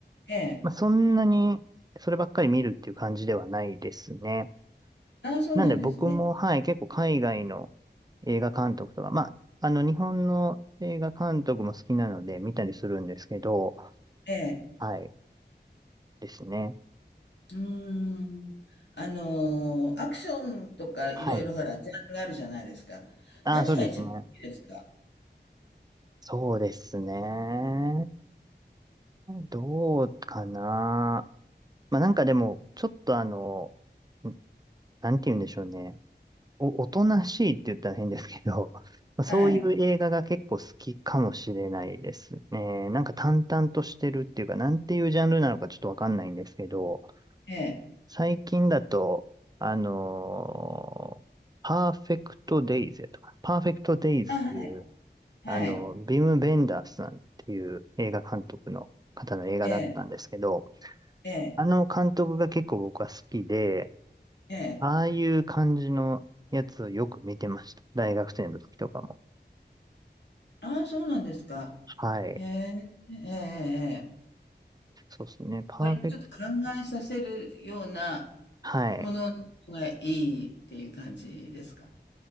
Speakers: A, on the left; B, on the right.
A: ええ、ええ。
B: まあ、
A: ええ
B: そんなにそればっかり見るっていう感じではないですね。
A: ああ、そうなんですね。
B: なんで僕も、はい、結構海外の映画監督とか、まあ、あの、日本の映画監督も好きなので見たりするんですけど、
A: ええ。
B: はい、ですね。
A: うーん。あの、アクションとかいろいろほら、
B: はい。
A: ジャンルがあるじゃないですか。
B: ああ、
A: 何が一番好きですか
B: そうですね。そうですね。どうかな。まあ、なんかでも、ちょっとあの、んなんて言うんでしょうね。お、おとなしいって言ったら変ですけど、<laughs> まあそういう映画が結構好きかもしれないですね。
A: はい。
B: なんか淡々としてるっていうか、なんていうジャンルなのかちょっとわかんないんですけど、
A: ええ。
B: 最近だと、あのパーフェクトデイズとか、パーフェクトデイズっていう、
A: あ、はい。はい。
B: あの、ビム・ベンダースさんっていう映画監督の方の映画だったんですけど、
A: ええ。ええ。
B: あの監督が結構僕は好きで、
A: ええ。
B: ああいう感じのやつをよく見てました。大学生の時とかも。
A: ああ、そうなんですか。
B: はい。
A: へえ。ええ。ええ。ええ
B: そうですね。パーフェクト。
A: 割とちょっと考えさせるような
B: はい。
A: ものの方がいいっていう感じですか。